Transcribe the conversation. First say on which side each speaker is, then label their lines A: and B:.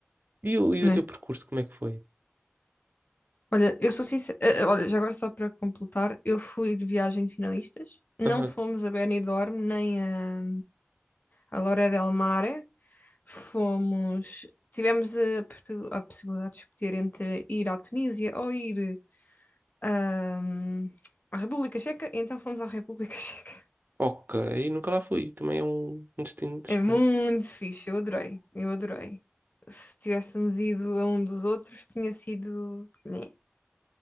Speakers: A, on the right; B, on the left.
A: E o, e
B: não
A: o teu
B: é?
A: percurso, como é que foi?
B: Olha, eu sou sincera. eh, eh, Olha, já agora só para completar, eu fui de viagem de finalistas. Não
A: Aham.
B: fomos a Benidorm nem a, a Lloret del Mar. Fomos. Tivemos a, portu- a possibilidade de escolher entre ir à Tunísia ou ir ahm, à República Checa. e Então fomos à República <laughs> Checa.
A: Ok, nunca lá fui, também é um, um destino interessante.
B: É muito fixe, eu adorei. Eu adorei. Se tivéssemos ido a um dos outros, tinha sido. né,